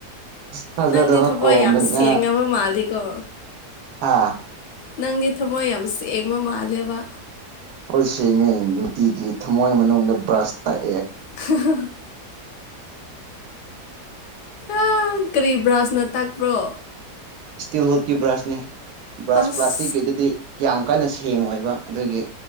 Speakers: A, on the right; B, on the left.
A: ꯐꯖꯗꯕ
B: ꯅꯪꯗꯤ ꯊꯕꯛ
A: ꯀꯣꯝꯗꯅ
B: ꯌꯥꯝ ꯁꯦꯡꯉꯕ ꯃꯥꯜꯂꯤꯀꯣ
A: ꯍꯥ
B: ꯅꯪꯗꯤ ꯊꯃꯣꯏ ꯌꯥꯝ ꯁꯦꯡꯕ ꯃꯥꯜꯂꯦꯕ
A: ꯍꯣꯏ ꯁꯦꯡꯉꯦ ꯅꯨꯡꯇꯤꯒꯤ ꯊꯝꯃꯣꯏ ꯃꯅꯨꯡꯗ ꯕ꯭ꯔꯥꯁ ꯇꯥꯏ
B: <unintelligible> ꯑ ꯀꯔꯤ ꯕ꯭ꯔꯥꯟꯁꯅ ꯇꯥꯛꯄ꯭ꯔꯣ
A: ꯏꯁꯇꯤꯜ ꯍꯣꯠꯀꯤ ꯕ꯭ꯔꯁꯅꯦ ꯕ꯭ꯔꯁ
B: ꯑꯁ
A: ꯄ꯭ꯂꯥꯁꯇꯤꯛꯀꯤꯗꯨꯗꯤ ꯀꯌꯥꯝ ꯀꯟꯅ ꯁꯦꯡ ꯑꯣꯏꯕ ꯑꯗꯨꯒꯤ